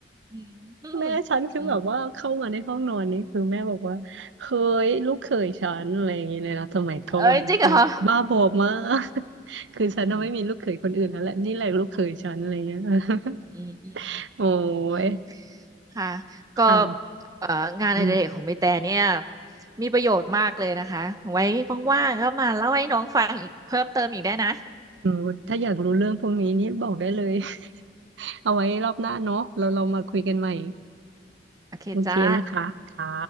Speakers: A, on the right (about 20°); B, on the right (about 80°).
A: อืมอืม
B: แม่ฉันคือแบบว่าเข้ามาในห้องนอนนี่คือแม่บอกว่าเฮ้ยลูกเขยฉันอะไรอย่างเงี้ยเลยนะสมัยก่อนเออบ้าบอมาก
A: อืมเอ้ยจริงเหรอ
B: <laughs> คือฉันน่ะไม่มีลูกเขยคนอื่นแล้วแหละนี่แหละลูกเขยฉันอะไรเงี้ย
A: อืม
B: <laughs>
A: อืมอืม
B: โอ้
A: อืม
B: ย
A: ค่ะ ก็
B: ค่ะ
A: เอ่องานอดิเรกของใบแต่เนี่ย
B: อืม
A: มีประโยชน์มากเลยนะคะ ไว้ว่างๆก็มาเล่าให้น้องฟังอีกเพิ่มเติมอีกได้นะ
B: อืมถ้าอยากรู้เรื่องพวกนี้นี่บอกได้เลย <laughs> เอาไว้รอบหน้าเนาะเราเรามาคุยกันใหม่
A: โอเคจ้า
B: โอเคนะคะค่ะ